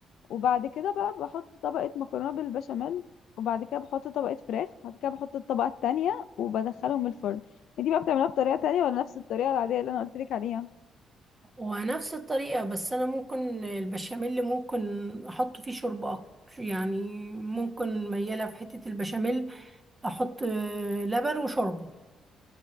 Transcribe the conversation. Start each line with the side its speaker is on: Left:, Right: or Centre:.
Left: وبعد كده بقى بحط طبقة مكرونة بالبشاميل وبعد كده بحط طبقة فراخ وبعد كده بحط الطبقة التانية وبدخلهم الفرن دي بقى بتعملها بطريقة تانية ولا نفس الطريقة العادية اللي انا قلت لك عليها
Right: ونفس الطريقة بس أنا ممكن البشاميل ممكن أحط فيه شوربة أكتر يعني ممكن ميالة في حتة البشاميل أحط آه، لبن وشوربة